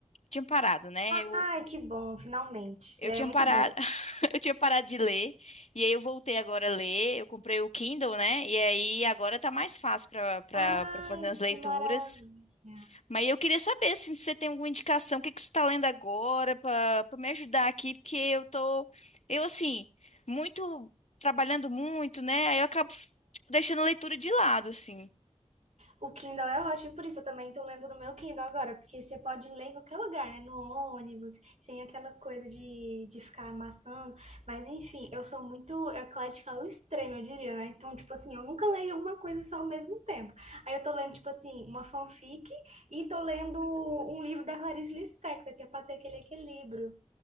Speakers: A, on the left; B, on the right.
A: Tinha parado, né? Eu,
B: Ai, que bom, finalmente.
A: eu
B: Ler
A: tinha
B: é muito
A: parado,
B: bom.
A: <laughs> eu tinha parado de ler. E aí eu voltei agora a ler. Eu comprei o Kindle, né? E aí agora tá mais fácil para para
B: Ai,
A: fazer as leituras.
B: que maravilha.
A: Mas eu queria saber assim, se você tem alguma indicação, o que que você está lendo agora para me ajudar aqui, porque eu tô, eu assim, muito trabalhando muito, né? Aí eu acabo tipo, deixando a leitura de lado, assim.
B: O Kindle é ótimo, por isso eu também tô lendo no meu Kindle agora, porque você pode ler em qualquer lugar, né? No ônibus, sem aquela coisa de, de ficar amassando. Mas enfim, eu sou muito eclética ao extremo, eu diria, né? Então, tipo assim, eu nunca leio uma coisa só ao mesmo tempo. Aí eu tô lendo, tipo assim, uma fanfic e tô lendo um livro da Clarice Lispector, que é pra ter aquele equilíbrio.